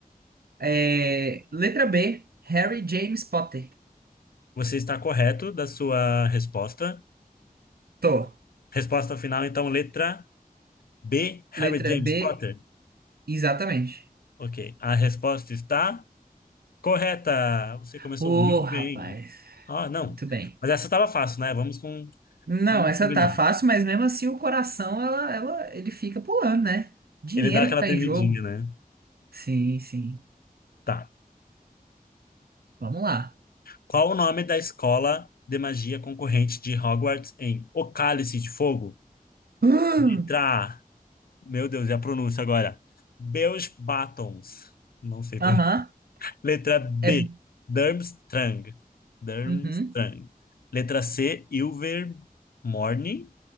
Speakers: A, on the right; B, on the left.
A: É, letra B, Harry James Potter.
B: Você está correto da sua resposta.
A: Tô.
B: Resposta final, então, letra B, Harry
A: Letra
B: James
A: B,
B: Potter.
A: exatamente.
B: Ok. A resposta está correta. Você começou
A: Ô,
B: muito
A: rapaz.
B: bem. Ah, não.
A: Muito bem.
B: Mas essa estava fácil, né? Vamos com...
A: Não,
B: Vamos
A: essa
B: combinar.
A: tá fácil, mas mesmo assim o coração, ela, ela, ele fica pulando, né? Dinheiro
B: Ele dá aquela
A: que tá
B: tremidinha,
A: em jogo.
B: né?
A: Sim, sim.
B: Tá.
A: Vamos lá.
B: Qual o nome da escola de magia concorrente de Hogwarts em O Cálice de Fogo?
A: <gasps> Hum,
B: Letra A. Meu Deus, e a pronúncia agora? Beus Batons. Não sei
A: Aham.
B: pronunciar. Letra B,
A: É.
B: Durmstrang. Durmstrang.
A: Uhum.
B: Letra C, Ilvermorny.